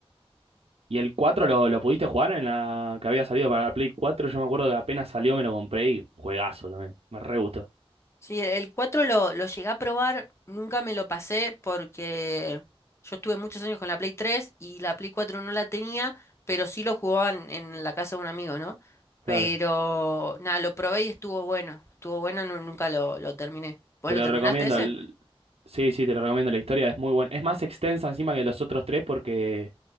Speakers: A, on the right; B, on the left.
A: ¿Y el 4 lo, lo pudiste jugar en la que había salido para la Play cuatro. Yo me acuerdo que apenas salió me lo compré y juegazo también. Me re gustó.
B: Sí, el 4 lo, lo llegué a probar, nunca me lo pasé porque yo estuve muchos años con la Play 3 y la Play 4 no la tenía, pero sí lo jugaban en la casa de un amigo, ¿no?
A: Claro.
B: Pero nada, lo probé y estuvo bueno, estuvo bueno, nu- nunca lo, lo terminé. ¿Vos
A: Te
B: lo
A: lo
B: terminaste
A: recomiendo.
B: ese?
A: el- Sí, sí, te lo recomiendo. La historia es muy buena. Es más extensa encima que los otros tres porque